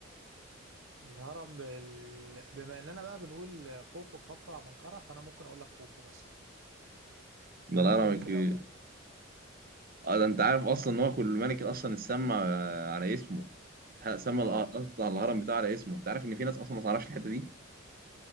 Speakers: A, on the right; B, on the right.
A: الهرم بال... بما اننا بقى بنقول خوفو خفرع منقرع فانا ممكن اقول لك خوفو مثلا
B: ده
A: بما
B: الهرم
A: انه جه
B: الكبير
A: في الاول
B: اه ده انت عارف اصلا ان هو كل ملك اصلا اتسمى آه، على اسمه اتح- سمى
A: اه
B: الأ- اصلا الهرم بتاعه على اسمه انت عارف ان في ناس اصلا ما تعرفش الحته دي